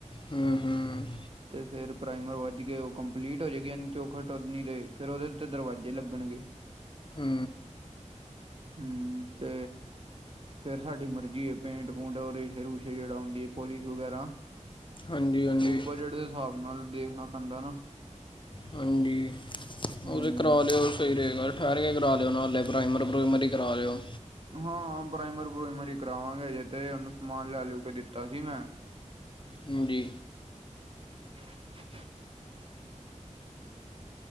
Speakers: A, on the left; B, on the right.
A: ਹੂੰ-ਹੂੰ।
B: ਤੇ ਫੇਰ ਪ੍ਰਾਈਮਰ ਵੱਜ ਗਏ, ਉਹ ਕੰਪਲੀਟ ਹੋ ਜਾਏਗੀ ਚੋਖਟ ਇਹਨੀ ਫਿਰ ਉਹਦੇ ਤੇ ਦਰਵਾਜ਼ੇ ਲੱਗਣਗੇ।
A: ਹੂੰ।
B: ਹੂੰ ਤੇ ਫੇਰ ਸਾਡੀ ਮਰਜ਼ੀ ਹੈ, ਪੈਂਂਟ ਪੂਂਟ ਰੇਸ਼ੇ ਰੂਸ਼ੇ ਜਿਹੜਾ ਹੁੰਦੀ ਹੈ ਪੋਲਿਸ਼ ਵਗੈਰਾ
A: ਹਾਂਜੀ ਹਾਂਜੀ
B: ਉਹ ਬਜਟ ਦੇ ਹਿਸਾਬ ਨਾਲ ਦੇਖਣਾ ਪੈਂਦਾ ਨਾ
A: ਹਾਂਜੀ,
B: ਹੂੰ
A: ਉਹ ਤੇ ਕਰਾ ਲਿਓ ਸਹੀ ਰਹੇਗਾ, ਠਹਿਰ ਕੇ ਕਰਾ ਲਿਓ ਨਾਲੇ ਪ੍ਰਾਈਮਰ-ਪ੍ਰੂਾਈਮਰ ਹੀ ਕਰਾ ਦਿਹੇ ਹੋ।
B: ਹਾਂ ਬਰਾਈਮਰ ਬਰੁਇਮਰ ਹੀ ਕਰਾਵਾਂਗੇ, ਅਜੇ ਤੇ ਉਹਨੂੰ ਸਮਾਨ ਲੈ ਲਿਓ ਕੇ ਦਿੱਤਾ ਸੀ ਮੈਂ
A: ਹਾਂਜੀ।
B: <unintelligible> <unintelligible>